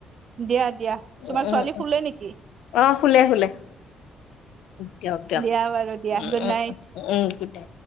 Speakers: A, on the right (about 55°); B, on the left (about 80°).
A: দিয়া দিয়া
B: উম,
A: তোমাৰ
B: উম,
A: ছোৱালী শুলে নেকি?
B: অ শুলে শুলে দিয়ক দিয়ক।
A: দিয়া বাৰু দিয়া
B: um
A: good
B: um
A: night
B: um um গোটে।